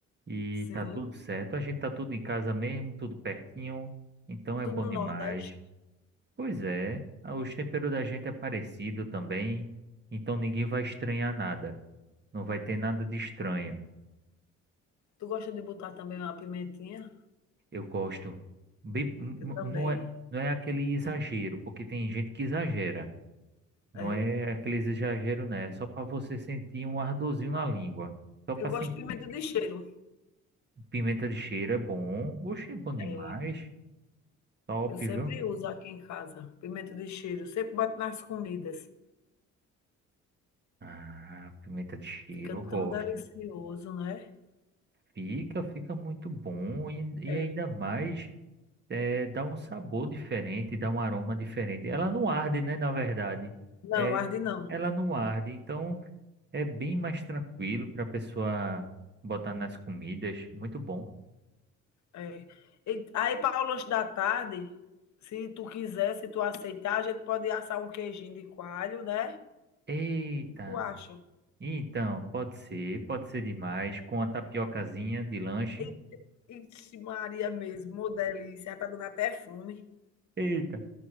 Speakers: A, on the right; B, on the left.
A: e
B: Sim,
A: tá tudo certo. A gente tá tudo em casa mesmo, tudo pertinho, então é
B: tudo
A: bom
B: no
A: demais.
B: Nordeste.
A: Pois é, ah, os temperos da gente é parecido também, então ninguém vai estranhar nada. Não vai ter nada de estranho.
B: Tu gosta de botar também uma pimentinha?
A: Eu gosto. Bem- m-
B: Eu também.
A: m- não é, não é aquele exagero, porque tem gente que exagera. Não
B: É.
A: é aquele exagero, né? É só para você sentir um ardorzinho na língua. Só para
B: Eu gosto
A: sentir
B: de pimenta de cheiro.
A: pimenta de cheiro é bom. Oxe, é bom demais.
B: É.
A: Top,
B: Eu sempre
A: viu?
B: uso aqui em casa, pimenta de cheiro. Sempre boto nas comidas.
A: Ah, pimenta de cheiro,
B: Fica tão
A: eu gosto.
B: delicioso, né?
A: Fica, fica muito bom e,
B: É.
A: e ainda mais. É, dá um sabor diferente, dá um aroma diferente. Ela não arde, né, na verdade.
B: Não,
A: É,
B: arde não.
A: ela não arde, então é bem mais tranquilo para a pessoa botar nas comidas. Muito bom.
B: É. E aí, para o lanche da tarde, se tu quiser, se tu aceitar, a gente pode assar um queijinho de coalho, né?
A: Eita.
B: Tu acha?
A: Então, pode ser, pode ser demais com a tapiocazinha de lanche.
B: Eita, ixi, Maria mesmo, ô delícia, tá dando até fome.
A: Eita.